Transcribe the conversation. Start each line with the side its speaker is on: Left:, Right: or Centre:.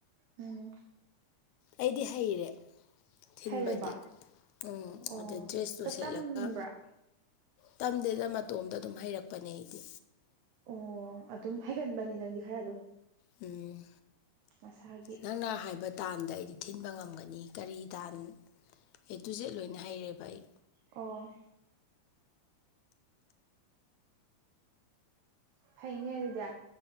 Right: ꯎꯝ
Left: ꯑꯩꯗꯤ ꯍꯩꯔꯦ ꯊꯤꯟꯕꯗꯤ
Right: ꯍꯩꯔꯕ
Left: ꯎꯝ
Right: ꯑꯣ
Left: ꯑꯗꯨ ꯗ꯭ꯔꯦꯁꯇꯨ ꯁꯦꯠꯂꯒ
Right: ꯇꯝꯕ꯭ꯔꯥ
Left: ꯇꯝꯗꯦꯗ ꯃꯇꯣꯝꯗ ꯑꯗꯨꯝ ꯍꯩꯔꯛꯄꯅꯦ ꯑꯩꯗꯤ
Right: ꯑꯣ ꯑꯗꯨꯝ ꯍꯥꯏꯒꯟꯕꯅꯦ ꯅꯪꯗꯤ ꯈꯔ ꯑꯗꯨꯝ
Left: ꯎꯝ
Right: ꯃꯁꯥꯒꯤ
Left: ꯅꯪꯅ ꯍꯥꯏꯕ ꯇꯥꯟꯗ ꯑꯩꯗꯤ ꯊꯤꯟꯕ ꯉꯝꯒꯅꯤ ꯀꯔꯤ ꯇꯥꯟ ꯑꯦ ꯇꯨ ꯖꯦꯠ ꯂꯣꯏꯅ ꯍꯩꯔꯦꯕ ꯑꯩ
Right: ꯑꯣ ꯐꯩꯅꯦ ꯑꯗꯨꯗꯤ